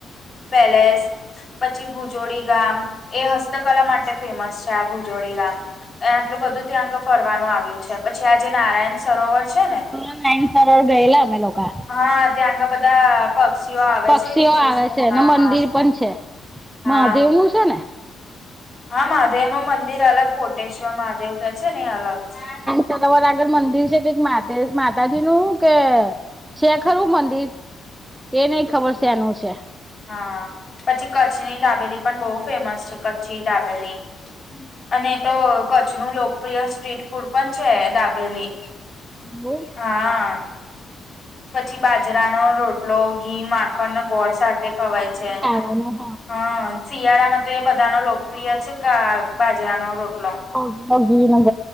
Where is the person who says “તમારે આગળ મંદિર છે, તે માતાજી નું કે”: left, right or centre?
Right